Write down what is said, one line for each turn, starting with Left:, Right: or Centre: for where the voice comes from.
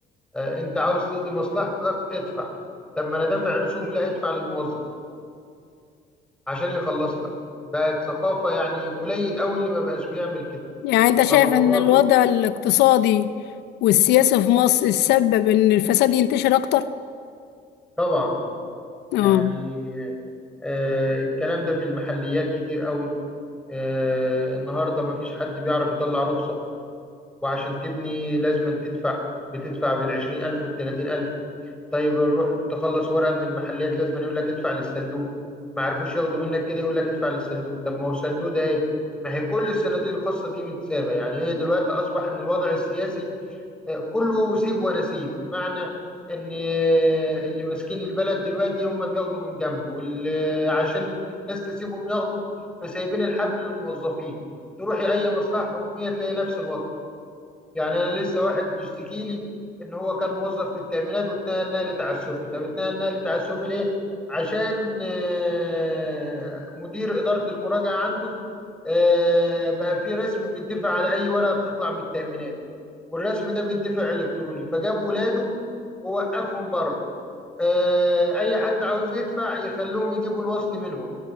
Centre: آه أنت عاوز تقضي مصلحتك ادفع طب ما أنا دافع رسوم لا ادفع للموظف عشان يخلص لك بقت ثقافة يعني قليل قوي اللي ما بقاش بيعمل كده
Left: يعني أنت شايف
Centre: فالموضوع
Left: إن الوضع الاقتصادي والسياسي في مصر سبب إن الفساد ينتشر أكتر
Centre: طبعا يعني
Left: اه
Centre: آه الكلام ده في المحليات كتير قوي آه، النهارده مفيش حد بيعرف يطلع رخصة وعشان تبني لازم أن تدفع بتدفع بالعشرين ألف والتلاتين ألف طيب روح تخلص ورقة من المحلات لازم أن يقول لك ادفع للصندوق ما عرفوش ياخدوا منك كده يقول لك ادفع للصندوق طب ما هو الصندوق ده ايه ما هي كل الصناديق الخاصة دي متسابة يعني هي دلوقتي أصبح إن الوضع السياسي كله سيب ونسيب بمعنى ان آه، اللي ماسكين البلد دلوقتي هم بياخدوا من جنبه واللي عشان الناس تسيبهم ياخدوا فسايبين الحبل للموظفين تروحي اي مصلحه حكوميه تلاقي نفس الوضع يعني انا لسه واحد بيشتكي لي ان هو كان موظف في التامينات واتنقل نقل تعسفي طب اتنقل نقل تعسفي ليه عشان آه، مدير اداره المراجعه عنده آه، بقى في رسم بيدفع على اي ورقه بتطلع من التامينات والرسم ده بيدفع الكتروني فجاب ولاده ووقفهم بره آه، اي حد عاوز يدفع يخلوهم يجيبوا الوصل منهم